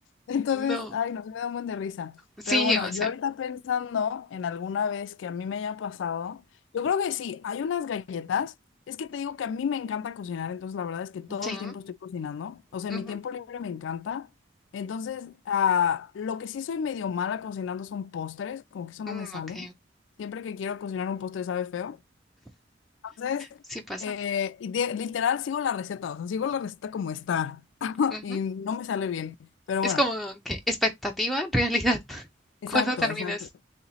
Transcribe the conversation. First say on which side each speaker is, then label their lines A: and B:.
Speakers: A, on the left; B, in the centre.
A: Entonces,
B: No,
A: ay, no, se me da un buen de risa.
B: sí,
A: Pero bueno,
B: o
A: yo
B: sea.
A: ahorita pensando en alguna vez que a mí me haya pasado, yo creo que sí, hay unas galletas. Es que te digo que a mí me encanta cocinar, entonces la verdad es que todo
B: Sí,
A: el tiempo estoy cocinando. O sea,
B: ujú,
A: en mi tiempo libre me encanta. Entonces, ah, lo que sí soy medio mala cocinando son postres, como que eso no
B: mm,
A: me sale.
B: ok,
A: Siempre que quiero cocinar un postre sabe feo. Entonces,
B: sí pasa.
A: eh, y de- literal sigo la receta, o sea, sigo la receta como está <laughs>
B: ujú.
A: y no me sale bien. Pero
B: Es
A: bueno.
B: como que expectativa, realidad, <laughs>
A: Exacto,
B: cuando terminas.
A: exacto.